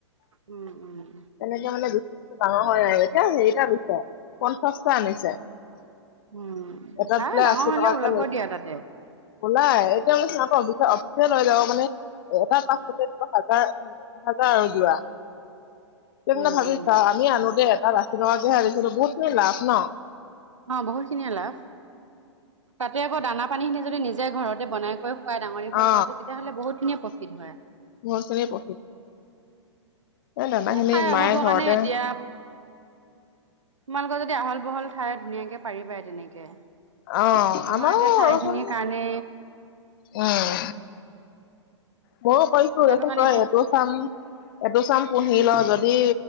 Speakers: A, on the right; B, on the left.
A: উম উম।
B: তেনেকে মানে বিনেটো ডাঙৰ হয় আৰু এতিয়া হেৰিটা গছে পঞ্চাশটা আনিছে।
A: উম
B: এটাত
A: ভাল
B: বোলে
A: ডাঙৰ
B: আশী
A: হলেও
B: টকাকে
A: ওলাব
B: লৈ য
A: দিয়া তাতে
B: ওলাই এতিয়া ব অফিচ লৈ লও মানে এটা কাষতে দিব হাজাৰ এ হাজাৰ আৰু জোৰা।
A: <unintelligible>
B: তেন্তে ভাবি
A: উম
B: চা আমি আনোতে এটা আশী টকাকে আনিছিলো বহুতখিনি লাভ ন।
A: অ বহুতখিনিয়ে লাভ। তাতে আকৌ দানা পানী খিনি যদি নিজে ঘৰতে বনাই কৰিৈ ক ডাঙৰ দীঘল
B: অ
A: খুৱাইছে তেতিয়াহ'লে বহুত খিনিয়ে প্ৰকৃত হয়
B: বহুত খিনি প্ৰফিট এই দানা
A: এ
B: খিনি
A: ঠাই অভাবৰ
B: মায়ে ঘৰতে
A: কাৰণে এতিয়া তোমালোকৰ যদি আহল বহল ঠাই ধুনীয়াকে পাৰিবা তেনেকে
B: অ
A: আমাৰ
B: আমাৰো
A: এতিয়া ঠাইখিনিৰ
B: ৰচোন
A: কাৰণে
B: উম ময়ো কৈছো
A: সেইটো
B: তেখেতেতই
A: কাৰণে এতিয়া
B: এইটো চাম এইটো চাম পুহি ল যদি